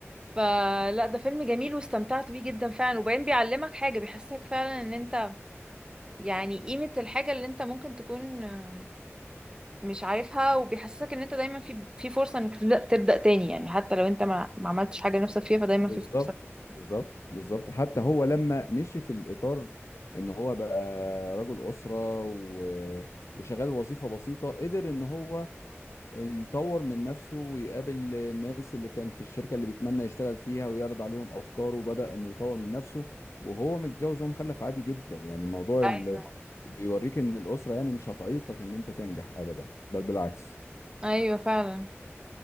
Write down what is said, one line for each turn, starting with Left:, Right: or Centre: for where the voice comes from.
Right: فلا ده فيلم جميل واستمتعت بيه جدا فعلا وبعدين بيعلمك حاجة بيحسسك فعلا ان انت يعني قيمة الحاجة اللي انت ممكن تكون آه، مش عارفها وبيحسسك ان انت دايما في في فرصة انك تبدأ تبدأ تاني يعني حتى لو انت ما, ما عملتش حاجة نفسك فيها فدايما
Left: بالظبط
Right: في فرصة
Left: بالظبط بالظبط حتى هو لما مشي في الإطار إن هو بقى رجل أسرة و... وشغال وظيفة بسيطة قدر إن هو يطور من نفسه ويقابل الناس اللي كان في الشركة اللي بيتمنى يشتغل فيها ويعرض عليهم أفكاره وبدأ إنه يطور من نفسه وهو متجوز ومخلف عادي جدا يعني موضوع ال...
Right: ايوه
Left: بيوريك إن الأسرة يعني مش هتعيقك إن أنت تنجح أبدا بل بالعكس
Right: ايوه فعلا